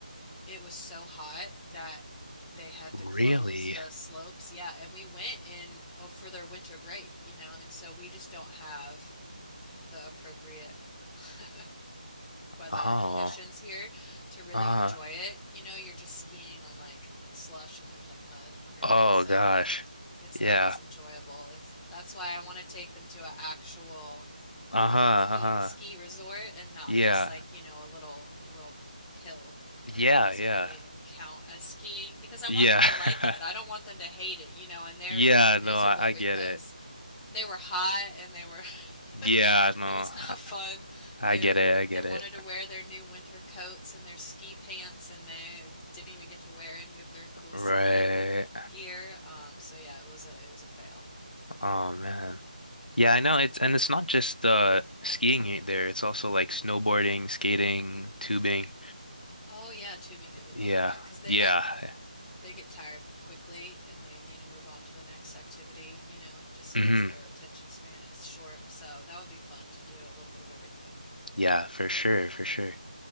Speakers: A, in the centre; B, on the left.
A: it was so hot that they had
B: really?
A: to close the slopes. Yeah, and we went in oh, for their winter break, you know, and so we just don't have the appropriate <laughs> weather
B: Oh.
A: conditions here to really
B: Uh-huh.
A: enjoy it. You know, you're just skiing on like slush and there's like mud underneath,
B: Oh
A: so
B: gosh.
A: it's
B: Yeah.
A: not as enjoyable. It's- That's why I want to take them to an actual
B: Uh-huh.
A: ski
B: Uh-huh.
A: ski resort and not
B: Yeah.
A: just like, you know, a little a little hill
B: Yeah,
A: that doesn't
B: yeah.
A: really even count as skiing because I
B: Yeah.
A: want them to like it. I
B: <laughs>
A: don't want them to hate it, you know, and they
B: Yeah,
A: were just miserable
B: no, I, I get
A: because
B: it.
A: they were hot and they were <laughs>
B: Yeah,
A: it
B: no, I,
A: was not fun.
B: I
A: They
B: get it. I get
A: they wanted
B: it.
A: to wear their new winter coats and their ski pants and they didn't even get to wear any of their cool
B: Right.
A: ski gear. Um, so yeah, it was a it was a fail.
B: Oh man. Yeah, I know it's and it's not just uh skiing here- there. It's also like snowboarding, skating, tubing.
A: Oh yeah, tubing they would
B: Yeah.
A: love that, cause they
B: Yeah.
A: got they get tired quickly and they need to move on to the next activity, you know, just
B: hmm
A: cause their attention span is short. So that would be fun to do a little bit of everything.
B: Yeah, for sure, for sure.